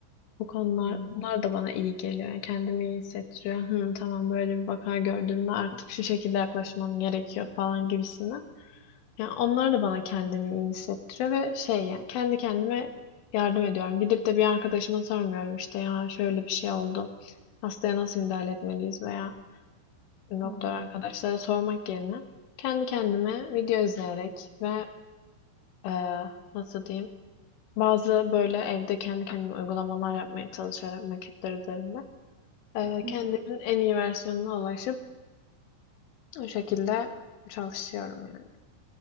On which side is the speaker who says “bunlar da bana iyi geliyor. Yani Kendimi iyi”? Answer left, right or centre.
Left